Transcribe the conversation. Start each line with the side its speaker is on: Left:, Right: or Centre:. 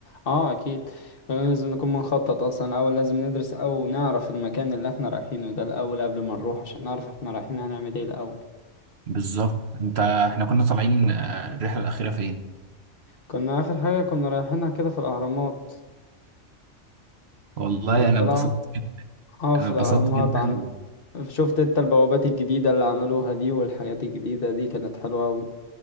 Left: اه اكيد كلنا لازم نكون بنخطط اصلا اول لازم ندرس او نعرف المكان اللي احنا رايحينه ده الاول قبل ما نروح عشان نعرف احنا رايحين هنعمل ايه الاول
Right: بالظبط انت احنا كنا طالعين آه، الرحله الاخيره فين
Left: كنا اخر حاجة كنا رايحينها كده في الاهرامات
Right: والله
Left: عندنا
Right: انا اتبسطت جدا،
Left: اه في
Right: انا اتبسطت
Left: الاهرامات
Right: جدا
Left: عن شفت انت البوابات الجديدة اللي عملوها دي والحاجات الجديدة دي كانت حلوة أوي